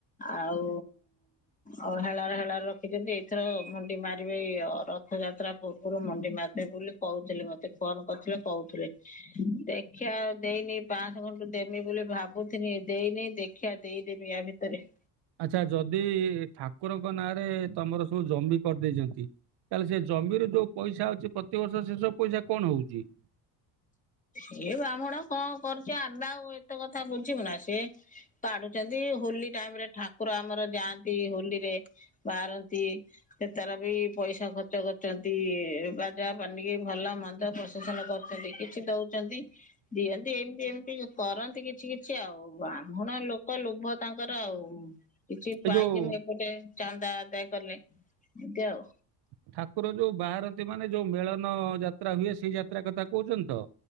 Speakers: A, on the left; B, on the right.
A: ଆଉ ଅ ହେଳାରେ, ହେଳାରେ ରଖିଛନ୍ତି, ଏଇଥର ମୁଣ୍ଡି ମାରିବେ, ରଥ ରଥଯାତ୍ରା ପୂର୍ବରୁ ମୁଣ୍ଡି ମାରିଦେବେ ବୋଲି କହୁଥିଲେ, ମତେ ଫୋନ୍‌ କରିଥିଲେ, କହୁଥିଲେ। ଦେଖିଆ ଆଉ ଦେଇନି, ପାଁଶହ ଖଣ୍ଡେ ଦେମି ବୋଲି ଭାବୁ ଥିନି ଦେଇନି, ଦେଖିବା, ଦେଇଦେବି ୟା ଭିତରେ।
B: ଆଚ୍ଛା, ଯଦି ଠାକୁରଙ୍କ ନାଁରେ ତମର ସବୁ ଜମି କରିଦେଇଛନ୍ତି। ତାହେଲେ ସେ ଜମିରେ ଯୋଉ ପଇସା ଅଛି, ପ୍ରତିବର୍ଷ ସେ ସବୁ ପଇସା କଣ ହଉଛି?
A: ଇଏ ବ୍ରାହ୍ମଣ କଣ କରୁଛି? ଆମେ ଆଉ ଏତେ କଥା ବୁଝିବୁନା, ସିଏ ତାଡୁଛନ୍ତି, ହୋଲି ଟାଇମରେ ଠାକୁର ଆମର ଯାଆନ୍ତି, ହୋଲିରେ ବାହାରନ୍ତି। ସେତାର ବି ପଇସା ଖର୍ଚ୍ଚ କରୁଛନ୍ତି, ବାଜା, ପାନିକି, ଭଲମନ୍ଦ, ପସ ନ କରୁଛନ୍ତି, କିଛି ଦଉଛନ୍ତି। ଦିଅନ୍ତି, ଏମିତି ଏମିତି କରନ୍ତି କିଛି କିଛି, ଆଉ ବ୍ରାହ୍ମଣ ଲୋକ ଲୋଭ ତାଙ୍କର ଆଉ, କିଛି ପାଇଛି
B: ଏ ଯୋଉ
A: ମୁଁ ଏପଟେ ଚାନ୍ଦା ଆଦାୟ କଲେ, ଏମିତି ଆଉ।
B: ଠାକୁର ଯୋଉ ବାହାରନ୍ତି, ମାନେ ଯୋଉ ମେଳନ ଯାତ୍ରା ହୁଏ, ସେଇ ଯାତ୍ରା କଥା କହୁଛନ୍ତି ତ?